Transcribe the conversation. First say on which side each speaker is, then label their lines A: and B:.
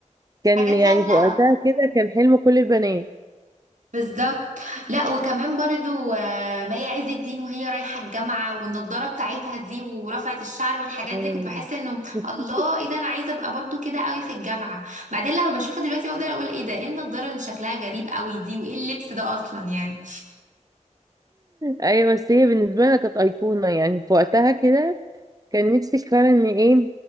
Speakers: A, on the right (about 30°); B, on the right (about 75°).
A: كان
B: حاجات
A: يعني
B: هبله
A: في وقتها
B: قوي.
A: كده كان حلم كل البنات
B: بالظبط لا وكمان برضو آه، مي عز الدين وهي رايحة الجامعة والنضارة بتاعتها دي ورفعت الشعر والحاجات
A: اه
B: دي كنت بحس انه
A: <laughs>
B: الله ايه ده انا عايزة ابقى برضو كده قوي في الجامعة بعدين لما بشوفها دلوقتي بقدر اقول ايه ده ايه النضارة اللي شكلها غريب قوي دي وايه اللبس ده اصلا يعني
A: ايوه بس هي بالنسبه لنا كانت ايقونه يعني في وقتها كده كان نفسك فعلا ان ايه